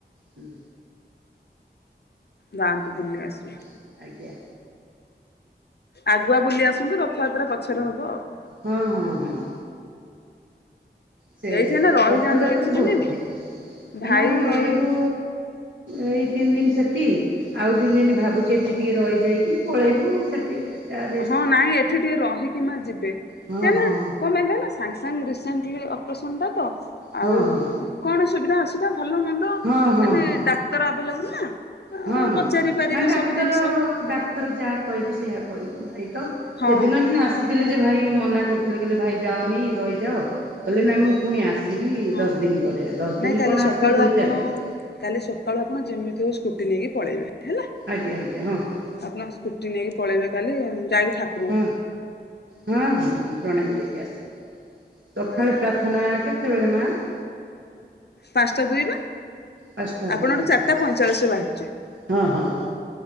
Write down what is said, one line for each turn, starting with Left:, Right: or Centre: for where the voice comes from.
Right: ହୁଁ।
Left: ଯାଆନ୍ତୁ
Right: ଏଇଭଳିଆ
Left: ବୁଲି ଆସିବେ।
Right: ଆଉ ଆଜ୍ଞା।
Left: ଆଗୁଆ ବୁଲି ଆସନ୍ତୁ ରଥଯାତ୍ରା ପଛରେ ହବ ଆଉ।
Right: ହଁ ହଁ ହଁ। ସେ
Left: ଏଇଠି ଏଇନା ରହିଯାଆନ୍ତୁ
Right: ରଥଯାତ୍ରା
Left: କିଛି ଦିନି
Right: ବୋହୁତ ଭିଡ଼୍।
Left: ଭାଇ
Right: ନା ରହିବୁ ଏଇ ତିନ ଦିନ ସେଠି ଆଉ ଦି ଦିନି ଭାବୁଚି ଏଠି ଟିକେ ରହିଯାଇକି ପଳେଇବୁ ସେ ଠି ଯେ ଯାହାର
Left: ହଁ ନାଇଁ ଏଠି ଟିକେ ରହିକି ମା ଯିବେ
Right: ହଁ
Left: କ
Right: ହଁ
Left: କଣ ପାଇଁ ନା ସାଙ୍ଗସଙ୍ଗ ରିସେଣ୍ଟଲି ଅପରେସନ୍ ଟା ତ
Right: ହଁ
Left: ଆଉ
Right: ହଁ
Left: କଣ ସୁବିଧା ଅସୁବିଧା ଭଲ ମନ୍ଦ
Right: ହଁ ହଁ ହଁ
Left: ଏଠି
Right: ହଁ
Left: ଡାକ୍ତର ଆଭେଲେବଲ ନା। ଅ
Right: ହଁ ହଁ
Left: ପଚାରି ପାରିବେ
Right: ନା ଡାକ୍ତର
Left: ସବୁ ଜିନିଷ
Right: ଡ଼ା <unintelligible> ଯାହା କହିବି ସେଇୟା କରିବୁ ଭାଇ ତ
Left: ହଁ
Right: ସେଦିନ ବି ଆସିଥିଲେ ଯେ ଭାଇ ମନା କରୁ ଥିଲେ କହେ ଭାଇ ଯାଉନି ରହିଯାଉ କହିଲେ ନାଇଁ ମୁଁ ପୁଣି ଆସ ଆସିବି
Left: ହଁ।
Right: ଦଶ ଦିନ ପରେ ଦଶ
Left: ନାଇଁ
Right: ଦିନ
Left: କାଲି
Right: କଣ
Left: ସକାଳୁ
Right: ଆସିବେ ଦୁଇ
Left: ଆପଣ
Right: ଚାରି ଦିନ
Left: କାଲି ସକାଳୁ ଆପଣ ଯେମିତି ହଉ ସ୍କୁଟି ନେଇକି ପଳେଇବେ ହେଲା।
Right: ଆଜ୍ଞା ଆଜ୍ଞା ହଁ ହଁ।
Left: ଆପଣ ସ୍କୁଟି ନେଇକି ପଳେଇବେ କାଲି ଯାଇକି ଠାକୁ
Right: ହଁ ହଁ ହଁ ହଁ ପ୍ରଣାମି ଦେଇକି ଆସିବି ସକାଳୁ
Left: ଏଇଆ
Right: ପ୍ରାର୍ଥନା
Left: କଥା
Right: କେତେ କେତେବେଳେ ମାମା?
Left: ପାଞ୍ଚଟା ଦୁଇ ବା।
Right: ପାଞ୍ଚଟା
Left: ଆପଣ
Right: ଦୁଇ
Left: ଏଠୁ
Right: ଆଚ୍ଛା
Left: ଚାରିଟା
Right: ଆଚ୍ଛା
Left: ପଇଁଚାଳିଶ ରେ ବାହାରିଯିବେ
Right: ହଁ ହଁ ହଁ